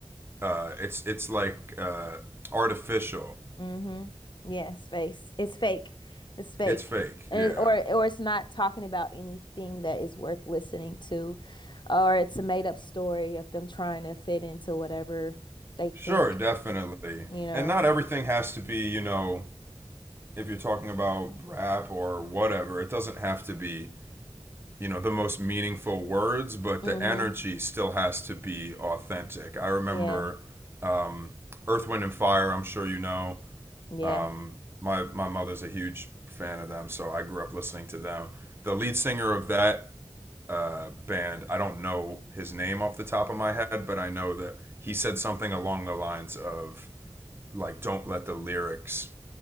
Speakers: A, on the right (about 20°); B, on the left (about 45°).
A: uh it's it's like uh artificial.
B: Mm-hmm. Yes, face. It's fake. It's fake.
A: It's fake.
B: And
A: Yeah.
B: it, or or it's not talking about anything that is worth listening to, or it's a made up story of them trying to fit into whatever they think,
A: Sure, definitely.
B: you know.
A: And not everything has to be, you know, if you're talking about rap or whatever, it doesn't have to be, you know, the most meaningful words, but
B: Mm-hmm.
A: the energy still has to be authentic. I remember
B: Yeah.
A: um, Earth, Wind, and Fire, I'm sure you know.
B: Yeah.
A: Um, my, my mother's a huge fan of them, so I grew up listening to them. The lead singer of that uh, band, I don't know his name off the top of my head, but I know that he said something along the lines of, like, don't let the lyrics